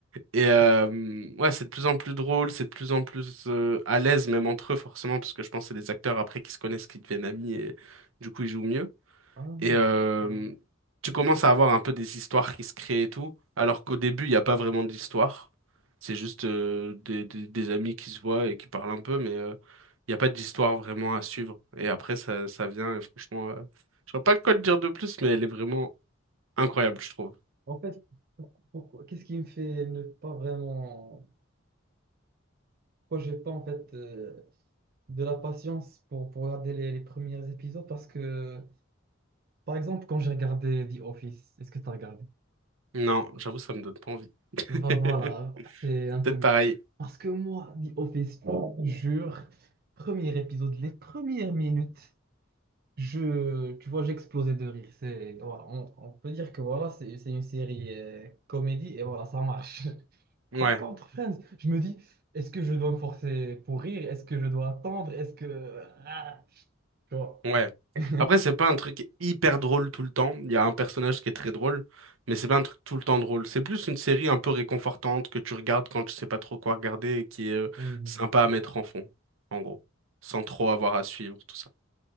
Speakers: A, on the right (about 75°); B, on the right (about 50°).
A: Et
B: Ok.
A: euh, ouais, c'est de plus en plus drôle, c'est de plus en plus euh, à l'aise même entre eux, forcément, parce que je pense que c'est des acteurs après qui se connaissent, qui deviennent amis et du coup ils jouent mieux.
B: Ah,
A: Et euh,
B: hmm.
A: tu commences à avoir un peu des histoires qui se créent et tout, alors qu'au début, il n'y a pas vraiment d'histoire. C'est juste euh, des, des- des amis qui se voient et qui parlent un peu, mais euh, il n'y a pas d'histoire vraiment à suivre. Et après, ça, ça vient, et franchement, euh, je vois pas quoi te dire de plus, mais elle est vraiment incroyable, je trouve.
B: En fait, pour- pourquoi, qu'est-ce qui me fait ne pas vraiment. Pourquoi j'ai pas en fait euh, de la patience pour, pour regarder les, les premiers épisodes? Parce que, par exemple, quand j'ai regardé The Office, est-ce que tu as regardé?
A: Non, j'avoue, ça me donne pas envie. <laughs>
B: Bah
A: C'est
B: voilà, c'est un peu...
A: peut-être
B: le-
A: pareil.
B: Parce que moi, The Office, je te jure, premier épisode, les premières minutes, je, tu vois, j'explosais de rire. C'est, voilà, on, on peut dire que voilà, c'est c'est une série euh, comédie et voilà, ça marche. <laughs>
A: Ouais.
B: Par contre, Friends, je me dis, est-ce que je dois me forcer pour rire? Est-ce que je dois attendre? Est-ce que... Ah, tu vois.
A: Ouais.
B: <laughs>
A: Après, c'est pas un truc hyper drôle tout le temps. Il y a un personnage qui est très drôle, mais c'est pas un truc tout le temps drôle. C'est plus une série un peu réconfortante que tu regardes quand tu sais pas trop quoi regarder et qui est euh,
B: Mhm.
A: sympa à mettre en fond, en gros, sans trop avoir à suivre tout ça.